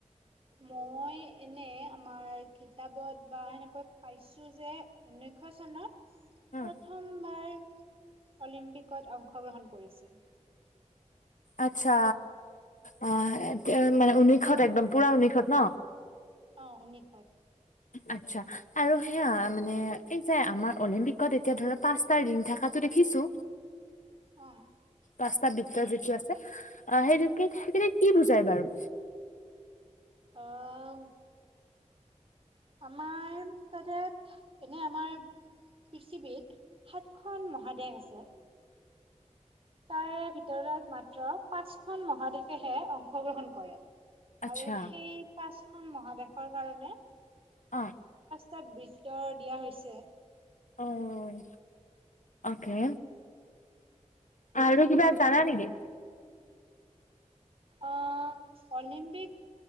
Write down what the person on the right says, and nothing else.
মই এনে আমাৰ কিতাপত বা সেনেকৈ পাইছো যে ঊনৈশ চনত
প্ৰথমবাৰ অলিম্পিকত অংশগ্ৰহণ কৰিছিল।
অঁ উনৈষত
অ
অঁ আমাৰ তাতে এনে আমাৰ পৃথিৱীত সাতখন মহাদেশ আছে তাৰে ভিতৰত মাত্ৰ পাঁচখন মহাদেশেহে অংশগ্ৰহণ কৰে
আৰু সেই পাঁচ খন মহাদেশৰ কাৰণে <unintelligible>
টা বৃত্ত দিয়া হৈছে
অঁ অলিম্পিক